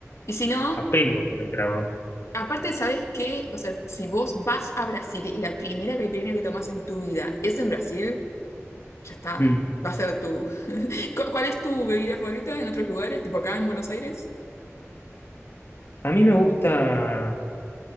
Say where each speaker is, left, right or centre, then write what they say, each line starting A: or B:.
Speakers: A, on the left; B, on the left.
A: Y si no,
B: a pelo con el trago.
A: aparte, ¿sabes qué? O sea, si vos vas a Brasil y la primera caipirinha que tomás en tu vida es en Brasil, ya está.
B: Mm.
A: Va a ser tu. <laughs> ¿Cu- ¿Cuál es tu bebida favorita en otros lugares? Tipo acá en Buenos Aires.
B: A mí me gusta,